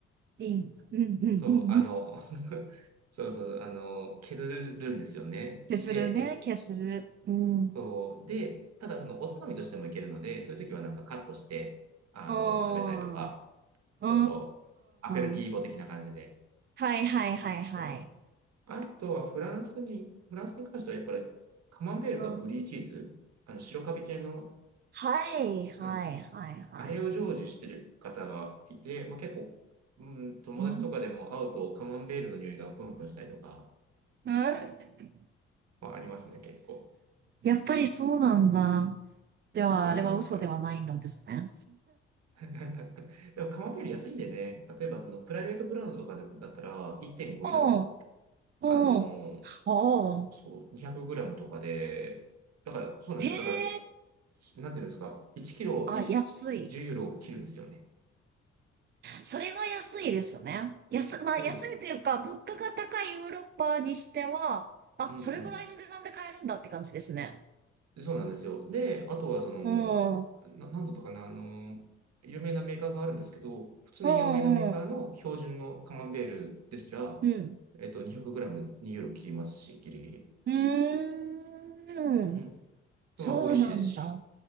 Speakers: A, on the right; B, on the right.
A: いい。うん、うん、うん、
B: そう、あの、
A: うん。
B: <laughs> そうそう、あの、削るんですよね。
A: 消するね、
B: で、えっ
A: 消する。うん。
B: と、で、ただそのおつまみとしてもいけるので、そういう時はなんかカットして、あの、
A: うん。
B: 食べたりとか、
A: う
B: ちょっとアペルティーボ的な感じで。
A: ん。はいはいはいはい。
B: うんあとはフランスに、フランスに関してはやっぱりカマンベールかブリーチーズ、
A: うん
B: あの白カビ系の、
A: はい、はい、
B: うん
A: はい、はい。
B: あれを成就してる方がいて、まあ、結構、うん、友達とかでも会うとカマンベールの匂いがプンプンしたりとか、
A: うん、うん
B: まあ、ありますね、結構。
A: やっぱりそうなんだ。では、
B: そうなんですよ。
A: あれは嘘ではないんですね。
B: <laughs> でもカマンベール安いんでね、例えばそのプライベートブランドとかだったら1.5ユーロ、
A: <laughs> おうん、おうん、
B: あのー
A: おう
B: そう、200グラムとかで、だから、そうなんですよ。
A: へえ、
B: だから、なんていうんですか、1キロ、
A: あ、
B: 1、
A: 安い。
B: 10ユーロを切るんですよね。
A: それは安いですね。安、まあ、
B: そう。
A: 安いというか、物価が高いヨーロッパにしては、あ、
B: うんうん
A: それぐらいの値段で買えるんだって感じですね。
B: そうなんですよ。で、あとはその、
A: うん、うん、
B: な、なんだったかな、あの、有名なメーカーがあるんですけど、普通の有名なメーカーの標準のカマンベールですら、
A: うん、うん。
B: えっと、200g2 ユーロ切りますし、ギリギリ。
A: うーん、
B: うん。
A: そうなんだ。
B: まあ、美味しいですし。